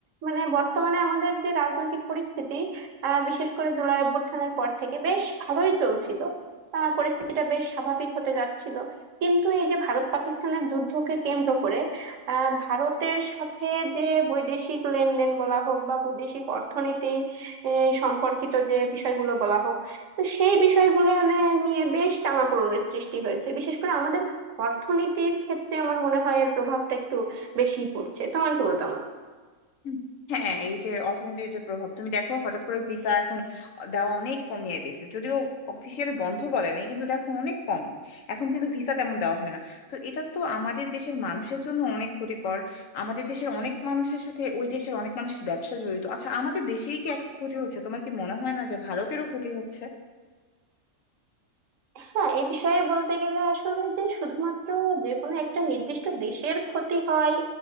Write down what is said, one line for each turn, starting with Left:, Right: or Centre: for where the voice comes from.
Right: মানে বর্তমানে আমাদের যে রাজনৈতিক পরিস্থিতি আহ বিশেষ করে জুলাই অভ্যুত্থানের পর থেকে বেশ ভালোই চলছিল আহ পরিস্থিতিটা বেশ স্বাভাবিক হতে যাচ্ছিল কিন্তু এই যে ভারত পাকিস্তানের যুদ্ধকে কেন্দ্র করে আহ ভারতের সাথে যে বৈদেশিক লেনদেন বলা হোক বা বৈদেশিক অর্থনীতি আহ, সম্পর্কিত যে বিষয়গুলো বলা হোক তো সেই বিষয়গুলো মানে নিয়ে বেশ টানাপোড়েনের সৃষ্টি হয়েছে বিশেষ করে আমাদের অর্থনীতির ক্ষেত্রে আমার মনে হয় এর প্রভাবটা একটু বেশিই পড়ছে তোমার কি মতামত
Left: হুম। হ্যাঁ এই যে অর্থনীতির যে প্রভাব তুমি দেখো হঠাৎ করে ভিসা এখন দেওয়া অনেক কমিয়ে দিয়েছে যদিও অফিসিয়ালি বন্ধ বলে নাই কিন্তু দেখো অনেক কম এখন কিন্তু ভিসা তেমন দেওয়া হয় না তো এটা তো আমাদের দেশের মানুষের জন্য অনেক ক্ষতিকর আমাদের দেশের অনেক মানুষের সাথে ওই দেশের অনেক মানুষের ব্যবসা জড়িত আচ্ছা আমাদের দেশেই কি এত ক্ষতি হচ্ছে তোমার কি মনে হয় না যে ভারতেরও ক্ষতি হচ্ছে
Right: হ্যাঁ এই বিষয়ে বলতে গেলে আসলে যে শুধুমাত্র যে কোনো একটা নির্দিষ্ট দেশের ক্ষতি হয়